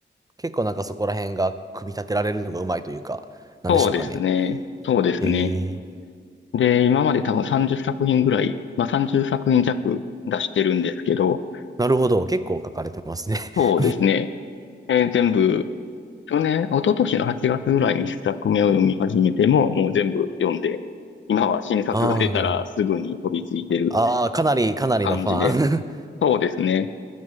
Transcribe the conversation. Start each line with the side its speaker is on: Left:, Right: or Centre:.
Right: 結構なんかそこら辺が組み立てられるのがうまいというか、なんでしょうかね。
Left: そうですね、そうですね。
Right: へえ。
Left: で、今まで多分30作品ぐらい、まあ30作品弱出してるんですけど、
Right: なるほど。結構書かれてますね。<laughs>
Left: そうですね、えー全部去年、一昨年の8月ぐらいに一作目を読み始めても、もう全部読んで、今は新作が出たらすぐに飛びついてる
Right: ああ、なるほど。ああ、かなり、かなりのファン。
Left: 感じです。そうですね。